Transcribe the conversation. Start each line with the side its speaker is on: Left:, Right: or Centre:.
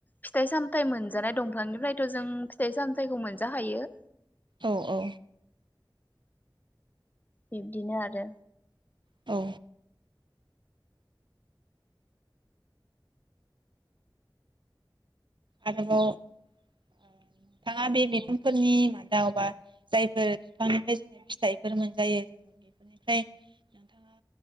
Left: फिथाइ सामथाय मोनजानाय दंफांनिफ्रायथ' जों फिथाइ सामथायखौ मोनजा खायो।
Right: औ औ।
Left: बिब्दिनो आरो
Right: औ। आरोबाव नोंथाङा बे बिफांफोरनि मादाव बा जायफोर बिफांनिफ्राय जोङो फिथाइफोर मोनजायो जोङो बेफोरनिफ्राय नोंथाङा